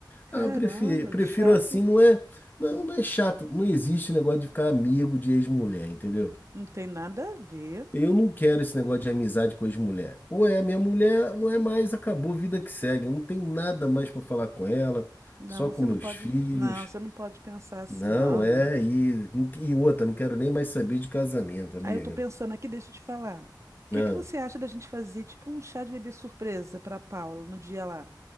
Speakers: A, on the right (about 40°); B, on the left (about 25°).
A: Caramba,
B: Ah, prefiro, prefiro
A: que chato,
B: assim,
A: hein?
B: não é, não, não é chato, não existe negócio de ficar amigo de ex-mulher, entendeu?
A: Não tem nada a ver.
B: Eu não quero esse negócio de amizade com ex-mulher. Ou é a minha mulher, não é mais, acabou, vida que segue. Eu não tenho nada mais para falar com ela,
A: Não,
B: só
A: você
B: com meus
A: não pode.
B: filhos.
A: Não, você não pode pensar assim,
B: Não,
A: não,
B: é,
A: amigo.
B: e, e outra, não quero nem mais saber de casamento, amiga.
A: Aí eu tô pensando aqui, deixa eu te falar. O
B: Não,
A: que que você acha da gente fazer tipo um chá de bebê surpresa para Paula no dia lá?